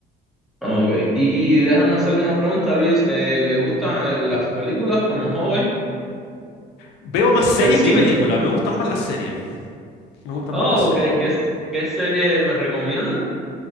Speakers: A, in the centre; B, on the left.
A: Ah, Ok, y déjame hacerle una pregunta, Luis. Eh, ¿le gustan eh, las películas como hobby?
B: Veo más series
A: ¿El cine?
B: que películas, me gustan más las series. Me gustan
A: Oh,
B: más las series.
A: ok, ¿qué, qué serie me recomienda?